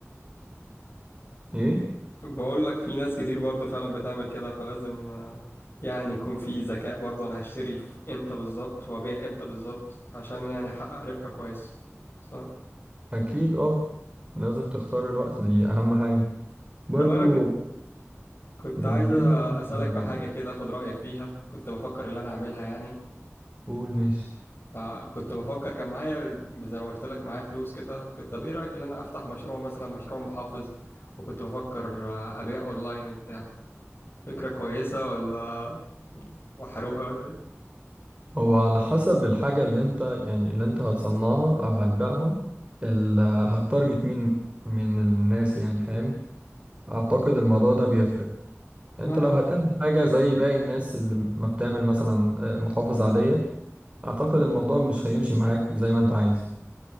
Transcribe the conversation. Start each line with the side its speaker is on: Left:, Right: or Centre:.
Right: إيه؟
Left: بقول لك في ناس كتير برضو فعلا بتعمل كده فلازم آه، يعني يكون في ذكاء برضو انا هشتري في امتى بالظبط وابيع امتى بالظبط عشان يعني احقق ربح كويس صح
Right: أكيد أه لازم تختار الوقت دي أهم حاجة برضو
Left: طب انا كنت كنت
Right: من
Left: عايز
Right: ضمن ال-
Left: اسالك في حاجه كده اخد رايك فيها كنت بفكر اللي انا اعملها يعني
Right: قول ماشي
Left: فكنت بفكر كان معايا زي ما قلت لك معايا فلوس كده كنت طب ايه رايك ان انا افتح مشروع مثلا مشروع محافظ وكنت بفكر آه، ابيع اونلاين وبتاع فكره كويسه ولا محروقه ولا إيه؟
Right: هو على حسب الحاجة اللي انت يعني اللي انت هتصنعها او هتبيعها اللي هتارجت مين من الناس يعني فاهم اعتقد الموضوع ده بيفرق انت
Left: ما انا
Right: لو
Left: كنت
Right: هتعمل حاجة زي باقي الناس اللي ما بتعمل مثلا آه، محافظ عادية اعتقد الموضوع مش هيمشي معاك زي ما انت عايز